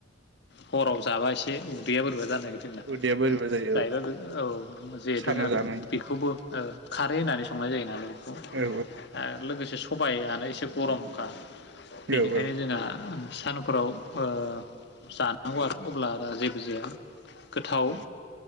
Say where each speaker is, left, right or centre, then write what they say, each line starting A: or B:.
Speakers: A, on the left; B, on the right.
A: ओ हराव जाबा एसे बे उदैया बोरैबा जानो <unintelligible>
B: उदैया बोरैबा जायो
A: जायोबा
B: औ
A: बे औ जिहेथु
B: सानाव
A: <unintelligible>
B: जानाय
A: बेखौबो ओ खारै होनानै संनाय जायोनालाय ।
B: औ
A: आरो लोगोसे सबायानो एसे गरमखा बेनिखायनो
B: औ औ
A: जोंना सानफोराव ओ जानांगौ आरो अब्ला बा जेबो जाया । गोथाव
B: उम